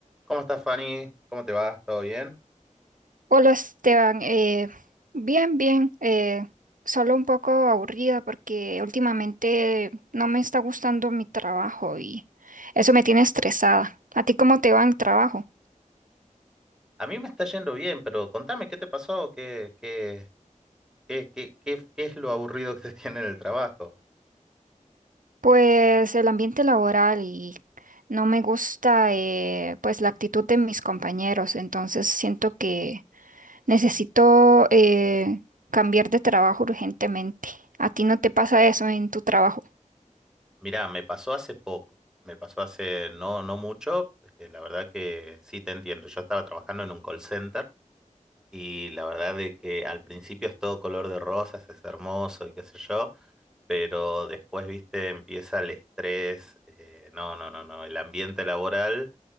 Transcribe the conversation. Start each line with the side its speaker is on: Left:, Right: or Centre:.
Centre: ¿Cómo estás, Fanny? ¿Cómo te va? ¿Todo bien?
Right: Hola Esteban, eh, bien, bien, eh, solo un poco aburrida porque últimamente no me está gustando mi trabajo y eso me tiene estresada. ¿A ti cómo te va en el trabajo?
Centre: A mí me está yendo bien, pero contame, ¿qué te pasó? ¿Qué, qué, qué, qué, qué, qué es lo aburrido que te <laughs> tiene en el trabajo?
Right: Pues el ambiente laboral y no me gusta eh, pues la actitud de mis compañeros, entonces siento que necesito eh, cambiar de trabajo urgentemente. ¿A ti no te pasa eso en tu trabajo?
Centre: Mirá, me pasó hace poco. Me pasó hace no, no mucho. porque la verdad que sí te entiendo. Yo estaba trabajando en un call center y la verdad de que al principio es todo color de rosas, es hermoso y qué sé yo, pero después, viste, empieza el estrés. eh, no, no, no, no. El ambiente laboral.